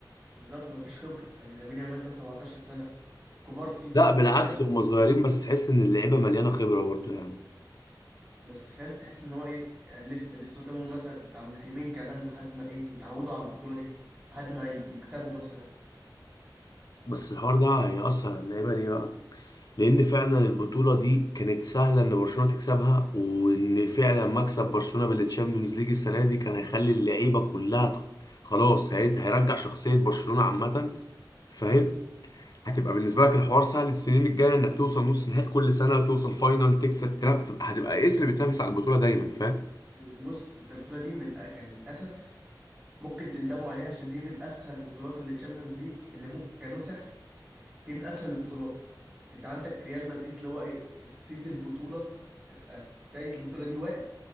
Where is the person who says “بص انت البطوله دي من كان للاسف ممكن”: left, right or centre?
Right